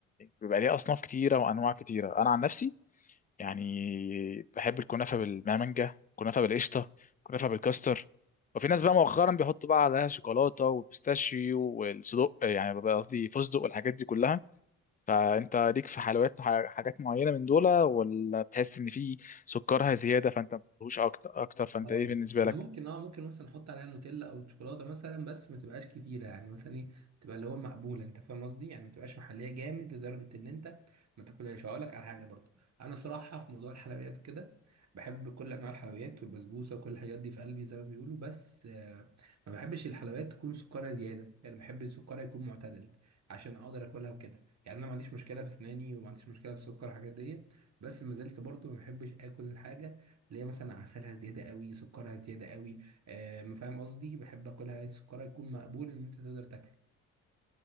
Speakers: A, on the left (about 25°); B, on the right (about 50°).
A: بيبقى ليها اصناف كتيره وانواع كتيره انا عن نفسي يعني بحب الكنافه بالمانجا كنافه بالقشطه كنافه بالكاستر وفي ناس بقى مؤخرا بيحطوا بقى عليها شوكولاته والبيستاشيو والصدق يعني بقى قصدي فستق والحاجات دي كلها فانت ليك في حلويات ح- حاجات معينه من دول ولا بتحس ان في سكرها زياده فانت ما بتحبوش اكتر اكتر فانت
B: هقول
A: ايه بالنسبه
B: لك انا
A: لك
B: ممكن اه ممكن مثلا احط عليها نوتيلا او شوكولاته مثلا بس ما تبقاش كتيره يعني مثلا ايه تبقى اللي هو مقبوله انت فاهم قصدي يعني ما تبقاش محليه جامد لدرجه ان انت ما تاكلهاش هقول لك على حاجه برضو انا صراحه في موضوع الحلويات وكده بحب كل انواع الحلويات والبسبوسه وكل الحاجات دي في قلبي زي ما بيقولوا بس آه، ما بحبش الحلويات تكون سكرها زياده يعني بحب السكر يكون معتدل عشان اقدر اكلها وكده يعني انا ما عنديش مشكله في اسناني وما عنديش مشكله في السكر والحاجات دي بس ما زلت برضو ما بحبش اكل الحاجه اللي هي مثلا عسلها زياده قوي سكرها زياده قوي آه ما فاهم قصدي بحب اكلها سكرها يكون مقبول ان انت تقدر تاكله